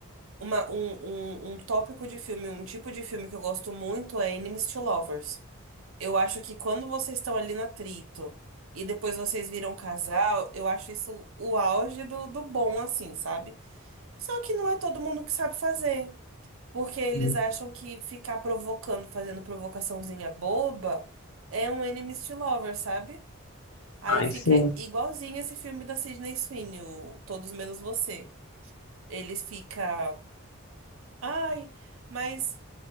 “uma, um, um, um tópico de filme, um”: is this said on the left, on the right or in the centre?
Right